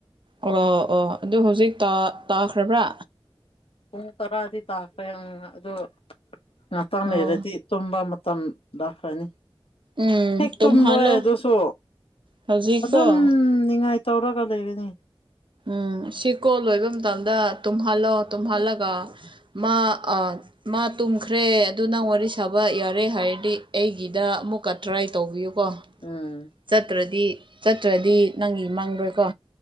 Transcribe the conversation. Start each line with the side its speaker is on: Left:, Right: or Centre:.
Right: ꯑꯣ ꯑꯣ ꯑꯗꯨ ꯍꯧꯖꯤꯛ ꯇꯥꯈ꯭ꯔꯕ꯭ꯔꯥ?
Left: ꯄꯨꯡ ꯇꯔꯥꯗꯤ ꯇꯥꯈ꯭ꯔꯦꯡ ꯑꯗꯨ ꯉꯥꯇꯡ ꯂꯩꯔꯗꯤ
Right: ꯑꯣ
Left: ꯇꯨꯝꯕ ꯃꯇꯝ ꯂꯥꯈꯔꯅꯤ꯫
Right: ꯎꯝ
Left: ꯍꯦꯛ
Right: ꯇꯨꯝꯍꯜꯂꯣ
Left: ꯇꯨꯝꯔꯣꯏ ꯑꯗꯨꯁꯨ
Right: ꯍꯧꯖꯤꯛꯀꯣ
Left: ꯑꯗꯨꯝ ꯅꯤꯡꯉꯥꯏ ꯇꯧꯔꯒ ꯂꯩꯒꯅꯤ꯫
Right: ꯎꯝ ꯁꯤ ꯀꯣꯜ ꯂꯣꯏꯕ ꯃꯇꯝꯗ ꯇꯨꯝꯍꯜꯂꯣ ꯇꯨꯝꯍꯜꯂꯒ ꯃꯥꯑ ꯃꯥ ꯇꯨꯝꯈ꯭ꯔꯦ ꯑꯗꯨ ꯅꯪ ꯋꯥꯔꯤ ꯁꯥꯕ ꯌꯥꯔꯦ ꯍꯥꯏꯔꯗꯤ ꯑꯩꯒꯤꯗ ꯑꯃꯨꯛꯀ ꯇ꯭ꯔꯥꯏ ꯇꯧꯕꯤꯌꯨꯀꯣ꯫
Left: ꯎꯝ
Right: ꯆꯠꯇ꯭ꯔꯗꯤ ꯆꯠꯇ꯭ꯔꯗꯤ ꯅꯪꯒꯤ ꯃꯥꯡꯗ꯭ꯔꯣꯏꯀꯣ